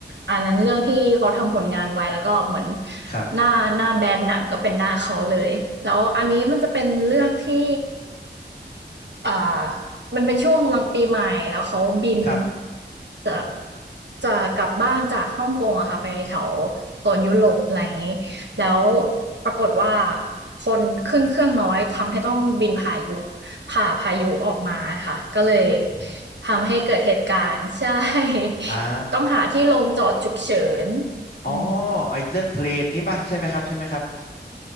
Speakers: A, on the right (about 75°); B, on the left (about 55°).
A: อันนั้นเรื่องที่เขาทำผลงานไว้แล้วก็เหมือน
B: ครับ
A: หน้าหน้าแบรนด์หนังก็เป็นหน้าเขาเลยแล้วอันนี้มันจะเป็นเรื่องที่อ่า มันเป็นช่วงกำลังปีใหม่แล้วเขาบิน
B: ครับ
A: จะจะกลับบ้านจากฮ่องกงอะค่ะไปแถวโซนยุโรปอะไรอย่างนี้แล้วปรากฏว่าคนขึ้นเครื่องน้อยทำให้ต้องบินผ่ายุผ่าพายุออกมาค่ะก็เลย
B: อือฮึ
A: ทำให้เกิดเหตุการณ์ใช่ <laughs>
B: อ่า
A: ต้องหาที่ลงจอดฉุกเฉิน
B: อ๋อ
A: อืม
B: ไอเรื่องเพลนนี่ป่ะใช่ไหมครับใช่ไหมครับ